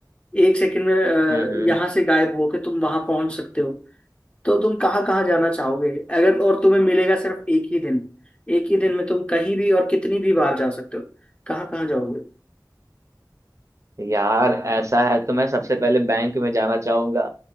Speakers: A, on the left; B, on the right.
A: एक सेकंड में अ,
B: हम्म हम्म।
A: यहाँ से गायब होके तुम वहां पहुंच सकते हो तो तुम कहाँ कहाँ जाना चाहोगे अगर और तुम्हें मिलेगा सिर्फ एक ही दिन एक ही दिन में तुम कहीं भी और कितनी भी बार जा सकते हो कहाँ कहाँ जाओगे
B: यार ऐसा है तो मैं सबसे पहले बैंक में जाना चाहूंगा